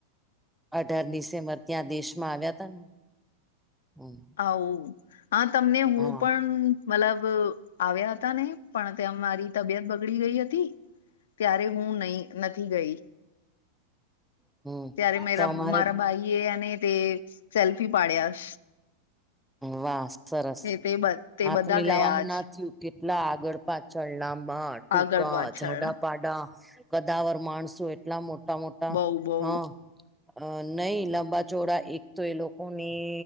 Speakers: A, in the centre; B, on the left.
A: અઢાર ડિસેમ્બર ત્યાં દેશમાં આવ્યા હતા ને. હમ,
B: આવું હા તમને હું
A: હા
B: પણ. મતલબ આવ્યા હતા ને પણ ત્યાં મારી તબિયત બગડી ગઈ હતી. ત્યારે હું નહી નથી ગઈ.
A: હમ.
B: ત્યારે મેરા
A: તો અમારે
B: મારા ભાઈ એ અને તે સેલ્ફી પાડ્યા.
A: વાહ સરસ
B: તે તે
A: હાથ
B: બધા
A: મિલાવાનું
B: ગયા આજ
A: ના. કેટલા આગળ પાછળ નામાં ટૂંકા
B: આગળ પાછળ
A: જાડાપાડા. કદાવર માણસો એટલા મોટા મોટા
B: બઉ બઉ
A: હા. અ નહી લાંબા ચોળા એક તો એ લોકોની